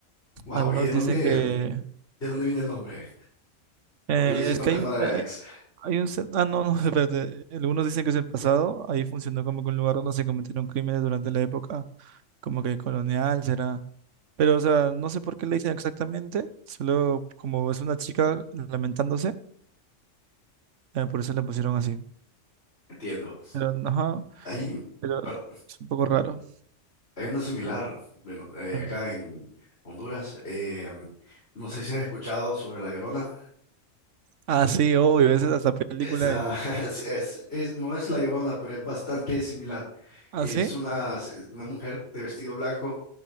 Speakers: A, on the left; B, on the right.
A: wow,
B: algunos
A: ¿y de dónde,
B: dicen que
A: de dónde viene el nombre?
B: eh,
A: ¿Por qué le dice fantasma
B: es que hay un,
A: de la
B: eh,
A: ex?
B: Hay un cen- Ah, no, no, <laughs> espérate. Algunos dicen que es el pasado. Ahí funcionó como que un lugar donde se cometieron crímenes durante la época, como que colonial, será. Pero, o sea, no sé por qué le dicen exactamente. Solo como es una chica lamentándose, eh, por eso le pusieron así.
A: Entiendo.
B: Pero, ajá,
A: Ahí
B: pero
A: per-
B: es un poco raro.
A: hay una similar, bueno, eh,
B: Ok.
A: acá en Honduras. eh, no sé si has escuchado sobre La Llorona.
B: Ah, sí, obvio, esa es hasta película
A: Esa,
B: hay.
A: <laughs> es, es- es- no es La Llorona, pero es bastante similar.
B: ¿Ah,
A: Es
B: sí?
A: una, se- una mujer de vestido blanco